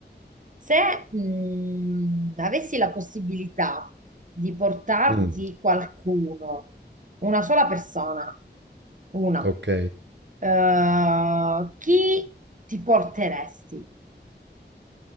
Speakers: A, on the right; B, on the right.
A: Se mh, avessi la possibilità di portarti
B: Eh, mm,
A: qualcuno, una sola persona, una,
B: ok.
A: eh, chi ti porteresti?